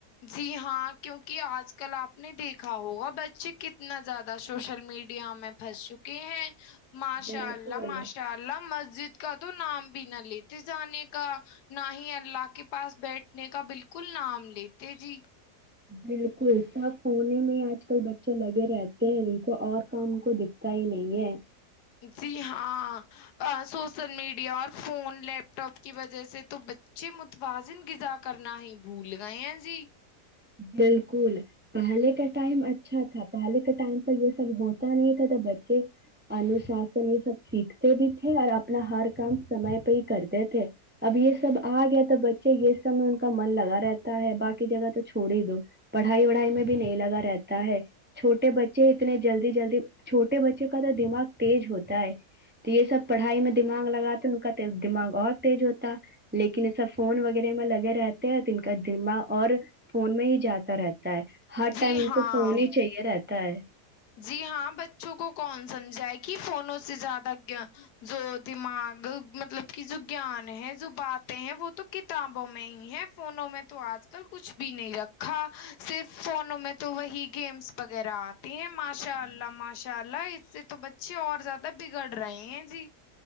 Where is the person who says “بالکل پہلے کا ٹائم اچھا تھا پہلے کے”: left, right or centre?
Right